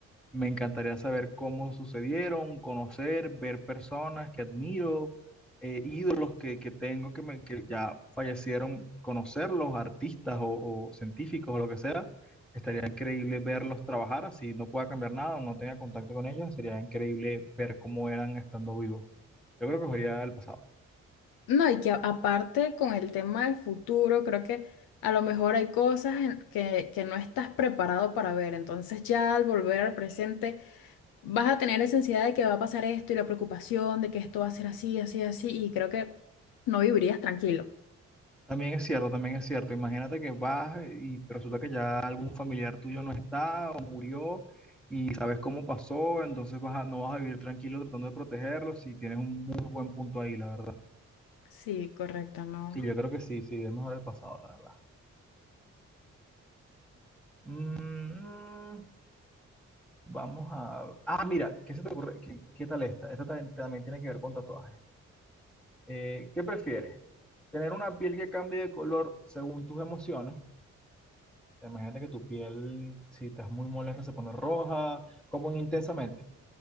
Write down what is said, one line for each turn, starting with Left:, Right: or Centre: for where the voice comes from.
Centre: me encantaría saber cómo sucedieron, conocer, ver personas que admiro, eh, ídolos que, que tengo que, me, que ya fallecieron, conocerlos, artistas o, o científicos o lo que sea. Estaría increíble verlos trabajar, así no pueda cambiar nada, no tenga contacto con ellos, sería increíble ver cómo eran estando vivos. Yo creo que sería el pasado.
Left: No, y que a- aparte con el tema del futuro, creo que a lo mejor hay cosas en- que, que no estás preparado para ver. Entonces ya al volver al presente... vas a tener esa ansiedad de que va a pasar esto y la preocupación de que esto va a ser así, así, así, y creo que no vivirías tranquilo.
Centre: También es cierto, también es cierto. Imagínate que vas y te resulta que ya algún familiar tuyo no está o murió y sabes cómo pasó, entonces vas a- no vas a vivir tranquilo tratando de protegerlos si tienes un muy buen punto ahí, la verdad.
Left: Sí, correcto, no.
Centre: Sí, yo creo que sí, sí, es mejor el pasado, la verdad. Mm, vamos a... Ah, mira, ¿qué se te ocurre? ¿Qué, qué tal esta? Esta también, también tiene que ver con tatuajes. Eh, ¿qué prefieres? ¿Tener una piel que cambie de color según tus emociones? sea, imagínate que tu piel, si estás muy molesta, se pone roja, como en intensamente.